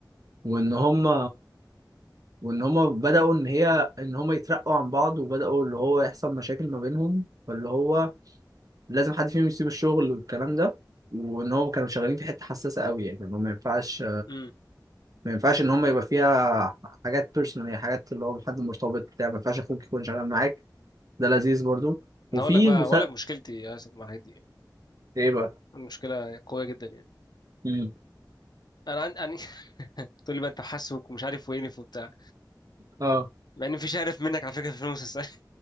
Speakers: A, on the right; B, on the left.
A: وان هم وان هم بدأوا ان هي ان هم يترقوا عن بعض وبدأوا اللي هو يحصل مشاكل ما بينهم فاللي هو لازم حد فيهم يسيب الشغل والكلام ده وان هم كانوا شغالين في حتة حساسة قوي يعني إن هم ما ينفعش
B: امم
A: ما ينفعش ان هم يبقى فيها حاجات بيرسونال يعني حاجات اللي هو حد مرتبط بتاع ما ينفعش اخوك يكون شغال معاك ده لذيذ برضو
B: انا
A: وفي
B: اقول لك بقى
A: المسا
B: اقول لك مشكلتي يا اسف مع الحاجات دي يعني.
A: ايه بقى
B: المشكلة قوية جدا يعني
A: مم.
B: انا عن... أنا <laughs> تقول لي بقى انت حاسك ومش عارف وينف وبتاع
A: اه
B: مع ان مفيش عارف منك على فكرة في المسلسل